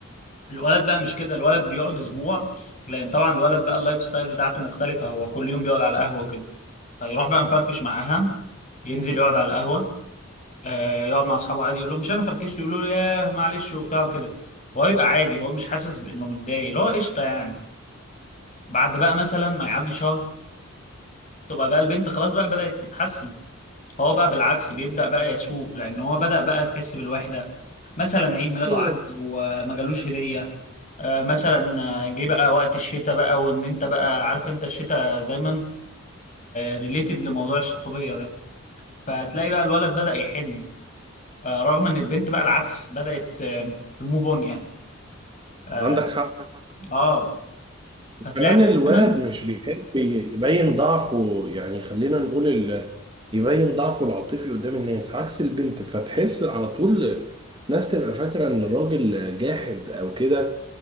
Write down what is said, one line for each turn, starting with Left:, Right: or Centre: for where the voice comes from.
Left: الولد بقى مش كده الولد بيقعد اسبوع لان طبعا الولد بقى اللايف ستايل بتاعته مختلفه هو كل يوم بيقعد على القهوه وكده فيروح بقى مفركش معاها ينزل يقعد على القهوه آه يقعد مع اصحابه عادي يقول لهم مش انا فركشت يقولوا له ياه معلش وبتاع وكده هو يبقى عادي هو مش حاسس بانه متضايق اللي هو قشطه يعني بعد بقى مثلا ما يعدي شهر تبقى بقى البنت خلاص بقى بدأت تتحسن هو بقى بالعكس بيبدأ بقى يسوق لأن هو بدأ بقى يحس بالوحدة مثلا عيد ميلاده
Right: ايه
Left: عدى وما جالوش هدية آه، مثلا آه، جه بقى وقت الشتاء بقى وإن أنت بقى عارف أنت الشتاء دايما ريليتد لموضوع الصحوبية ده فهتلاقي بقى الولد بدأ يحن آه، رغم إن البنت بقى العكس بدأت تموف أون يعني آه
Right: عندك حق
Left: آه، فتلاقي
Right: كمان
Left: بقى
Right: الولد
Left: دايما
Right: مش بيحب يبين ضعفه يعني خلينا نقول ال... يبين ضعفه العاطفي قدام الناس عكس البنت فتحس على طول ناس تبقى فاكرة ان الراجل جاحد او كده